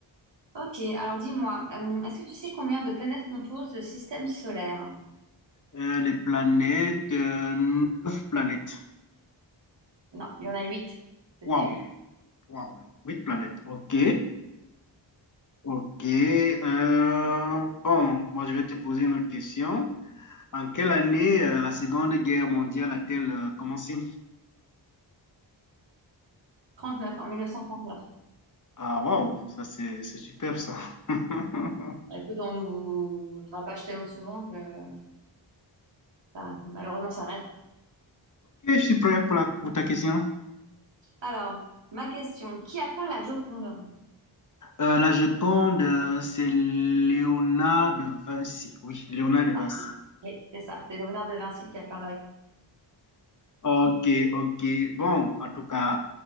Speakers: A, on the right; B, on the left.
A: Ok, alors dis-moi, euh, est-ce que tu sais combien de planètes composent le système solaire?
B: euh, les planètes, euh, neuf planètes.
A: Non, il y en a huit. C'était
B: Waouh,
A: huit.
B: waouh, huit planètes. Ok, ok. Euh, bon, moi je vais te poser une autre question. En quelle année euh, la Seconde Guerre mondiale a-t-elle euh, commencé?
A: Trente-neuf en 1939.
B: Ah, waouh, ça c'est c'est superbe ça. <laughs>
A: Écoute, on nous le rabâche tellement souvent que enfin, malheureusement ça reste.
B: Ok, je suis prêt pour, la- pour ta question.
A: Alors, ma question, qui a peint la Joconde?
B: Euh, la Joconde, euh, c'est Léonard de Vinci. Oui, Léonard de Vinci.
A: Ah, oui, c'est ça, c'est Léonard de Vinci qui a peint la...
B: Ok, ok. Bon, en tout cas,